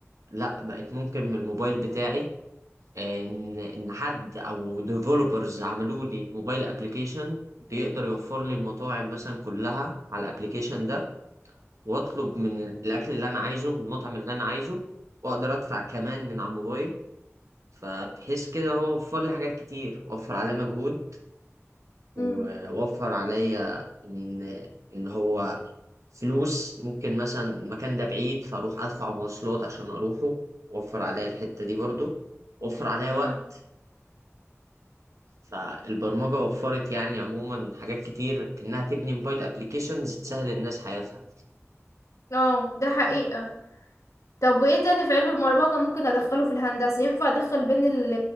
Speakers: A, on the right (about 90°); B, on the left (about 80°).
A: لا بقت ممكن من الموبايل بتاعي ان ان حد او ديفلوبرز عملوا لي موبايل ابليكيشن بيقدر يوفر لي المطاعم مثلا كلها على الابليكيشن ده واطلب من الاكل اللي انا عايزه من المطعم اللي انا عايزه واقدر ادفع كمان من على الموبايل فبحيث كده هو وفر لي حاجات كتير وفر عليه مجهود ووفر
B: امم
A: عليا ان ان هو فلوس ممكن مثلا المكان ده بعيد فاروح ادفع مواصلات عشان اروحه وفر عليا الحتة دي برضو وفر عليا
B: امم
A: وقت فالبرمجة وفرت يعني عموما حاجات كتير انها تبني موبايل ابليكيشنز تسهل الناس حياتها
B: اه ده حقيقة طب وايه تاني في علم المربجة ممكن ادخله في الهندسة ينفع ادخل بين ال